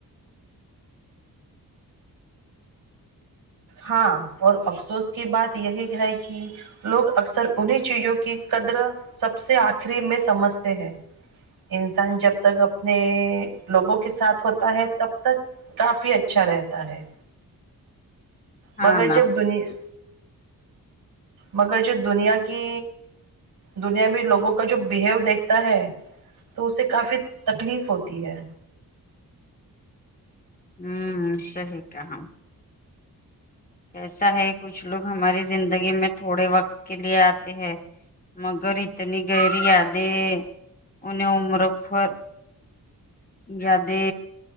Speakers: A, on the right (about 85°); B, on the left (about 25°).
A: ہاں اور افسوس کی بات یہی ہے کہ لوگ اکثر انہیں چیزوں کی قدر سب سے آخری میں سمجھتے ہیں انسان جب تک اپنے لوگوں کے ساتھ ہوتا ہے تب تک کافی اچھا رہتا ہے
B: ہاں
A: مگر
B: نا
A: جب دنیا مگر جو دنیا کی دنیا میں لوگوں کا جو بیہیو دیکھتا ہے تو اسے کافی تکلیف ہوتی ہے
B: ہوں صحیح کہا کے ایسا ہے کچھ لوگ ہماری زندگی میں تھوڑے وقت کے لیے آتے ہیں مگر اتنی گہری یادیں انہیں عمر بھر یادیں